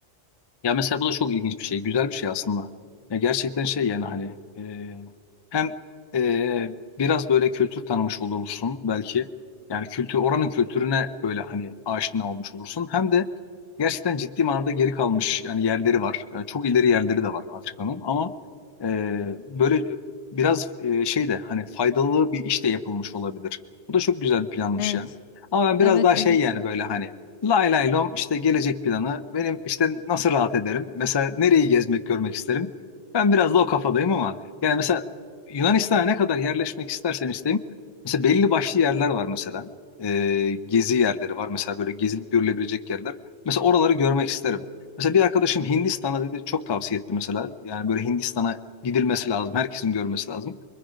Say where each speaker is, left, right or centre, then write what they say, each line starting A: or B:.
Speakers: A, on the left (about 40°); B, on the left (about 75°).
A: Ya mesela bu da çok ilginç bir şey. Güzel bir şey aslında. Ya gerçekten şey yani hani e, hem e, biraz böyle kültür tanımış olursun belki. Yani kültür oranın kültürüne böyle hani aşina olmuş olursun. Hem de gerçekten ciddi manada geri kalmış yani yerleri var. E, çok ileri yerleri de var Afrika'nın ama e, böyle biraz e, şey de hani faydalı bir iş de yapılmış olabilir. Bu da çok güzel bir planmış
B: Evet,
A: ya. Ama ben biraz
B: evet,
A: daha
B: evet.
A: şey yani böyle hani Lay lay lom işte gelecek planı. Benim işte nasıl rahat ederim? Mesela nereyi gezmek, görmek isterim? Ben biraz da o kafadayım ama yani mesela Yunanistan'a ne kadar yerleşmek istersem isteyeyim. Mesela belli başlı yerler var mesela. Ee, gezi yerleri var. Mesela böyle gezilip görülebilecek yerler. Mesela oraları görmek isterim. Mesela bir arkadaşım Hindistan'a dedi çok tavsiye etti mesela. Yani böyle Hindistan'a gidilmesi lazım. Herkesin görmesi lazım.